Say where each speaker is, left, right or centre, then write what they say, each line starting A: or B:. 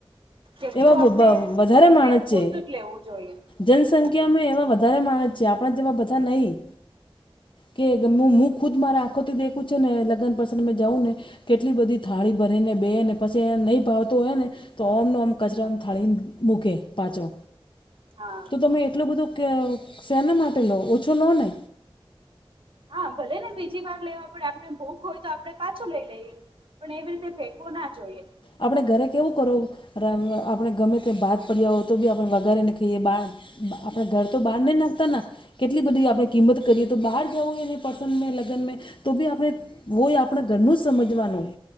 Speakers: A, on the right (about 65°); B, on the left (about 60°).
A: જેટલું
B: એવા
A: આપણે
B: વધારે
A: જરૂરિયાત
B: માણસ છે
A: પૂરતું લેવું જોઈએ
B: જનસંખ્યા
A: હમ
B: મેં એવા વધારે માણસ છે આપડા જેવા બધા નહીં કે હું
A: હમ
B: ખુદ મારે આંખોથી દેખું છે ને લગનપ્રસંગ મેં જાઉં ને કેટલી બધી થાળી ભરી ને બેહે ને પછી એ નહી ભાવતું હોય ને તો ઓમનો આમ કચરા થાળીને મૂકે પાછો
A: હા
B: તો તમે એટલું ક બધું શેના માટે લો ઓછો લો ને
A: હા ભલે ને બીજી વાર લેવા પડે આપને ભૂખ હોય તો આપડે પાછું લઈ લઈએ પણ એવી રીતે ફેંકવું ના જોઈએ
B: આપણે ઘરે કેવું કરો આપણે ગમે તે બાદ પડ્યા હો તો બી આપણે વગારેને ખાઈએ બાર આપડા ઘર તો બાર નઈ નાખતા ના કેટલી બધી આપડે કિંમત કરીએ તો બહાર જવું હોને પ્રસંગમે લગનમે તો બી આપડે હોય આપડા ઘરનું જ સમજવાનું